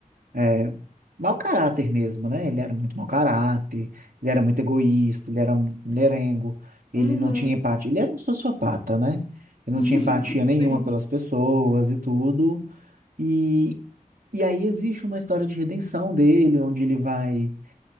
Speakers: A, on the right; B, on the left.
A: é, mau caráter mesmo, né? Ele era muito mau caráter, ele era muito egoísta, ele era muito mulherengo, ele
B: Uhum.
A: não tinha empatia, ele era um sociopata, né? Ele
B: <laughs>
A: não tinha empatia nenhuma
B: Sim.
A: pelas pessoas e tudo. E, e aí existe uma história de redenção dele, onde ele vai